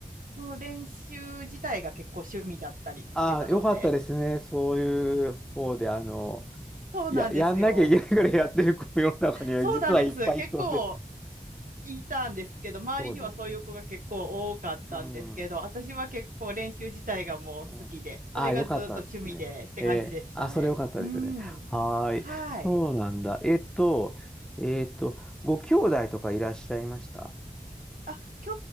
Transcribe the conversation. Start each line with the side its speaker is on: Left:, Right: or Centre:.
Right: その練習自体が結構趣味だったりしてたので。
Centre: あ、よかったですね。そういう方で、あの、
Right: そうなんですよ。
Centre: いや、やんなきゃいけないからやってる子も世の中には実はいっぱいいそうで。
Right: そうなんです。結構いたんですけど、周りにはそういう子が結構多かったんですけど、
Centre: そうだよね。うん。
Right: 私は結構練習自体がもう好きで、
Centre: うんああ、
Right: それがずっと趣味でって感じでしたね。
Centre: よかったですね。えー、あ、それよかったですね。
Right: うん。
Centre: はーい。
Right: はい。
Centre: そうなんだ。えっと、えっと、ご兄弟とかいらっしゃいました
Right: あ、兄